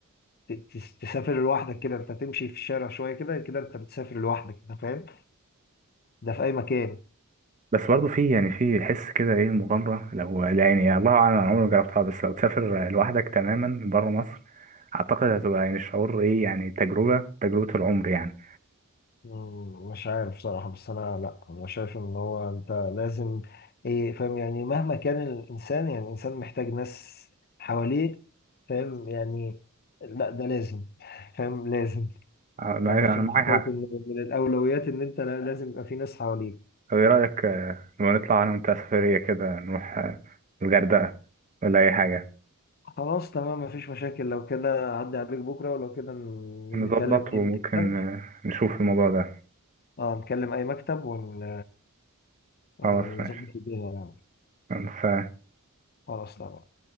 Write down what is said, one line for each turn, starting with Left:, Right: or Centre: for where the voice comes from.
Left: ت- تس- تسافر لوحدك كده أنت تمشي في الشارع شوية كده كده أنت بتسافر لوحدك أنت فاهم ده في أي مكان
Right: بس برضه في يعني في حس كده ايه مغامرة لو يعني الله اعلم انا عمري ما جربتها بس لو تسافر لوحدك تماما بره مصر اعتقد هتبقى يعني شعور ايه يعني تجربة تجربة العمر يعني
Left: مم، مش عارف صراحة بس أنا لأ أنا شايف إن هو أنت لازم إيه فاهم يعني مهما كان الإنسان يعني الإنسان محتاج ناس حواليه فاهم يعني لأ ده لازم فاهم لازم
Right: انا
Left: أنا
Right: أنا
Left: بصراحة
Right: معاك
Left: شايف
Right: حق
Left: إن من الأولويات إن أنت لازم يبقى في ناس حواليك
Right: طب ايه رأيك آه، لما نطلع انا وانت سفرية كده نروح آه، الغردقة ولا اي حاجة
Left: خلاص تمام مفيش مشاكل لو كده عدي عليك بكرة ولو كده ن-
Right: نظبط
Left: نكلم أي
Right: وممكن
Left: مكتب
Right: آه، نشوف الموضوع ده
Left: أه نكلم أي مكتب ون- ونظبط
Right: خلاص ماشي
Left: الدنيا يعني
Right: بس
Left: خلاص تمام